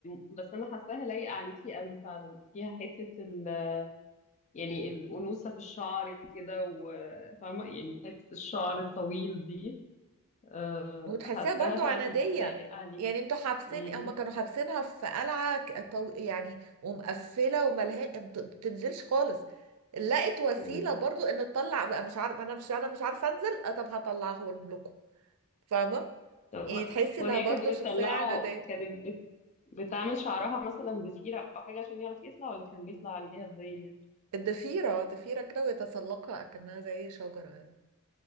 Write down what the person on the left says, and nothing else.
بس انا حاساها لايقه عليكي قوي فعلا فيها حته ال... يعني الانوثه في الشعر كده وفاهمه يعني حته الشعر الطويل دي آه،
حاساها
فعلا
لايقه عليك
مم.
مم.
طب
و-
وهي
كانت بتطلعه
كانت بت... بتعمل شعرها مثلا ضفيره او حاجه عشان يعرف يطلع ولا كان بيطلع عليها ازاي يعني؟